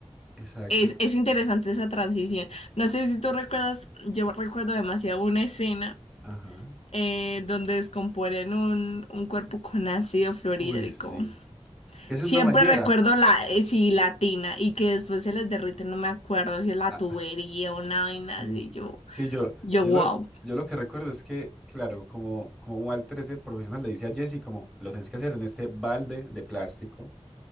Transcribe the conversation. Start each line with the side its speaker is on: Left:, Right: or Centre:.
Centre: exacto,
Left: Es,
Centre: es-
Left: es interesante esa transición. No sé si tú recuerdas, yo recuerdo demasiado una escena
Centre: ajá.
Left: eh, donde descomponen un, un cuerpo con ácido fluorhídrico.
Centre: Uy, sí. Que es
Left: Siempre
Centre: una bañera.
Left: recuerdo la, eh, sí, latina, y que después se les derrite, no me acuerdo si es la
Centre: Ah,
Left: tubería o una vaina
Centre: Sí,
Left: así, yo,
Centre: Sí, yo,
Left: yo,
Centre: yo
Left: wow.
Centre: lo, yo lo que recuerdo es que, claro, como, como Walter es el profesional, le dice a Jesse como, lo tenés que hacer en este balde de plástico.